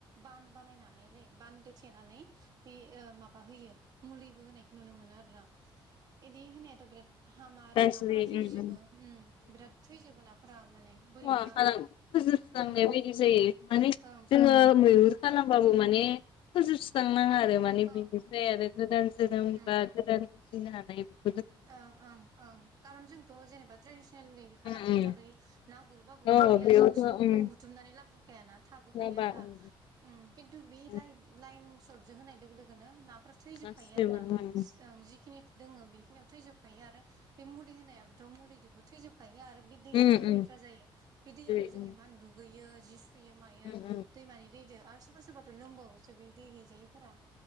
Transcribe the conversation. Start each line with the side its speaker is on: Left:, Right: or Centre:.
Right: बान बानायनानैलै बानदोथेनानै बे माबा होयो मुलिबो होनायखौ नुनो मोनो आरोना इदि होनायाथ' बिराद हामा आरो
Left: गाज्रि
Right: नाफोरा थैजोबो
Left: उम
Right: उम बिराद थैजोबो नाफोरा माने बोरैबा
Left: वा खालाम फोजोबसांनाय
Right: ओं
Left: बायदि जायो। माने
Right: ओं
Left: जोङो मैहुर खालामबाबो माने फोजोबस्रां नाङा आरो माने
Right: ओं
Left: बिनिफ्राय आरो गोदान जोनोम
Right: उम
Left: बा गोदान बुजिनो हानायबो
Right: ओं ओं ओं कारन जोंथ' जेनेबा ट्रेडिसनेल खालाम
Left: उम
Right: मेथदै
Left: उम
Right: ना गुरबाबोथ'
Left: औ
Right: जोंनिया
Left: बेयावथ'
Right: जों सबखौबो
Left: उम
Right: हुथुमनानै लाबजोबखायाना थाबोखायो
Left: जाबा
Right: आथा
Left: उम
Right: उम खान थु बि
Left: उम,
Right: लायेन लायेन सटजों होनाय लोगोनो ना फोरा थैजोबखायो
Left: गासिबो
Right: आरो ना
Left: उम उम
Right: ओं जिखिनि दङ बेखिनियाव थैजोबखायो आरो बे मुलि होनायाबोथ' मुलिजोंबो थैजोबखायो आरो। बे दैयाबो
Left: उम उम
Right: लेथ्रा जायो बे दैयावनो
Left: जेरै
Right: जोङो
Left: उम
Right: इमान दुगैयो जि फैयो मायो
Left: उम
Right: दैमानि दैजों आरो सोरबा सोरबाथ' लोंबावोसो बे दै गैजायैफोरा